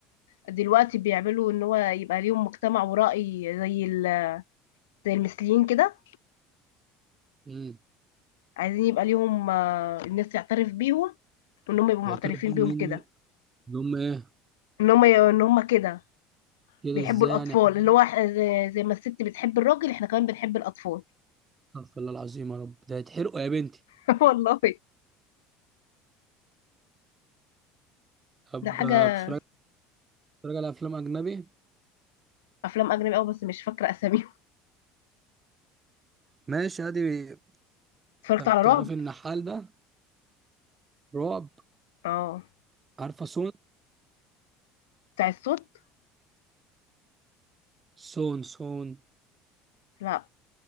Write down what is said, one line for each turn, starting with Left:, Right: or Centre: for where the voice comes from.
Left: دلوقتي بيعملوا ان هو يبقى ليهم مجتمع ورأي زي ال زي المثليين كده
Right: امم
Left: عايزين يبقى ليهم آه، الناس تعترف بيهم وان هم يبقوا
Right: يا
Left: معترفين
Right: ترى بيعملوا
Left: بيهم كده
Right: ايه اللي هم ايه
Left: ان هم ان هم كده
Right: كده
Left: بيحبوا
Right: ازاي
Left: الاطفال
Right: يعني يا حبيبي
Left: اللي هو إح- زي زي ما الست بتحب الراجل احنا كمان بنحب الاطفال
Right: استغفر الله العظيم يا رب ده هيتحرقوا يا بنتي
Left: <laughs> والله
Right: طب
Left: ده حاجه
Right: آه، بتتفرج بتتفرج على افلام اجنبي
Left: افلام اجنبي قوي بس مش فاكره اساميهم
Right: ماشي ادي
Left: اتفرجت
Right: طب
Left: على رعب
Right: تعرفي النحال ده رعب
Left: اه
Right: عارفه سون
Left: بتاع الصوت
Right: سون سون
Left: لا